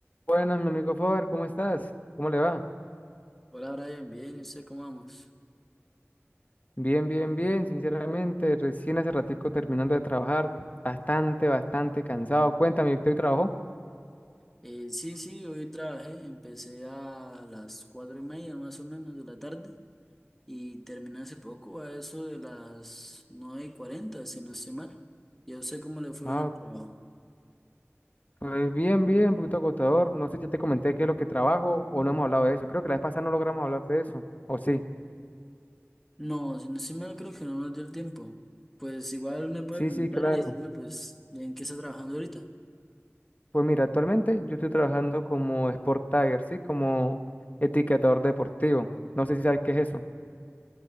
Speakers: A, on the left (about 35°); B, in the centre.
A: Buenas, mi amigo Faber, ¿cómo estás? ¿Cómo le va?
B: Hola Brian, bien, ¿y usted cómo vamos?
A: Bien, bien, bien, sinceramente, recién hace ratico terminando de trabajar, bastante, bastante cansado. Cuéntame, ¿usted hoy trabajó?
B: Eh, sí, sí, hoy trabajé, empecé a las cuatro y media más o menos de la tarde y terminé hace poco, a eso de las nueve y cuarenta, si no estoy mal. ¿Y a usted cómo le fue
A: Ah,
B: en el trabajo?
A: pues bien, bien, un poquito agotador. No sé, ya te comenté qué es lo que trabajo o no hemos hablado de eso. Creo que la vez pasada no logramos hablar de eso. ¿O sí?
B: No, si no estoy mal, creo que no nos dio el tiempo. Pues igual me puede
A: Sí,
B: comentar
A: sí, claro.
B: y decirme, pues, en qué está trabajando ahorita.
A: Pues mira, actualmente yo estoy trabajando como Sport Tagger, ¿sí? Como etiquetador deportivo. No sé si sabes qué es eso.